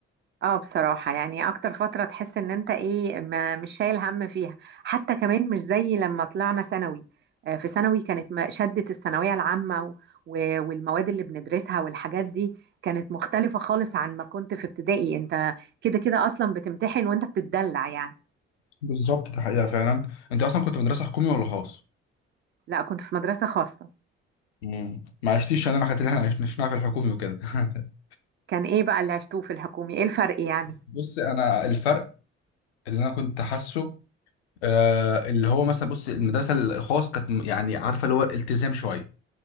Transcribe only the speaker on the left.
بالظبط ده حقيقه فعلا انت اصلا كنت مدرسه حكومي ولا خاص
مم. ما عشتيش انا الحاجات اللي احنا عشنا- عشناها في الحكومي وكده <laughs>
بص انا الفرق اللي انا كنت حاسه آه اللي هو مثلا بص المدرسه الخاص كانت م- يعني عارفه اللي هو التزام شويه